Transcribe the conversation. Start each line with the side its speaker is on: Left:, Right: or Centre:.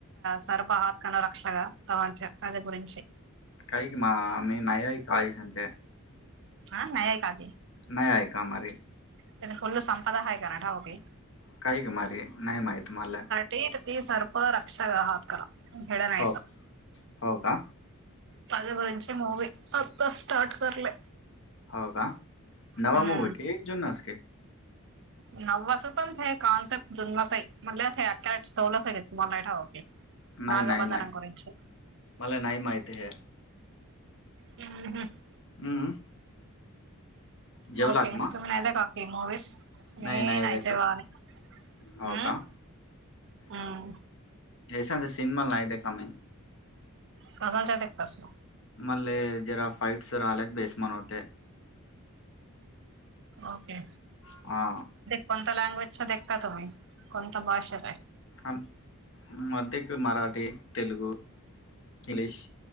Right: सर्पा हातकान रक्षग तच तद गरीची
Left: काही क मा म नय काळीचच
Right: हा नाहीय कात
Left: नाही आहे आहे कामारे
Right: त्या फल्लो संपदा आहे काण ठाव की
Left: काही घ मारी नाहीय माय तु मला
Right: ते त सर्प रक्षक आहात करा हेड नाहीस
Left: हो हो का
Right: पाज वंची मूवी आता स्टार्ट करले
Left: हो का नवामवाक
Right: हम्म
Left: जुनसक
Right: नव्वास पण कॉन्सेप्ट जुन्स म्हट अख चवल तुम्हाला ठावते
Left: नाही
Right: नागबधनं
Left: नाही नाही
Right: कराच
Left: मला नाही माहिती हे
Right: हम्म हम्
Left: हम्म जेवलात
Right: ओके
Left: ना
Right: तुम काकी मूवीस
Left: नाही
Right: ये
Left: नाही
Right: नायच
Left: रे
Right: वाार
Left: हो
Right: हम्
Left: का
Right: हम्म
Left: येस सिमाल ना नाहीय काममी
Right: कसच्या ते प्रस
Left: मल जरा फईटस आलग बेस्मान होते
Right: ओके
Left: हा
Right: कोणत्या लँग्वेजचा देखता तुम्ही कोणता भाषेचा
Left: आ मध्यक मराठी तेलग इंग्लीश